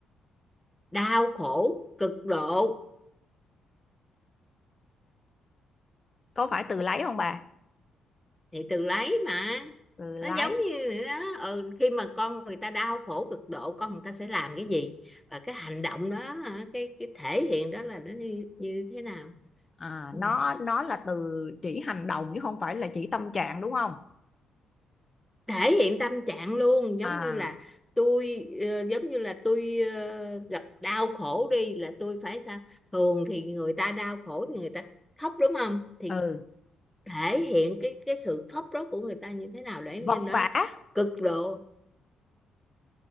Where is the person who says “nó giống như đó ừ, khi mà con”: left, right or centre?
Centre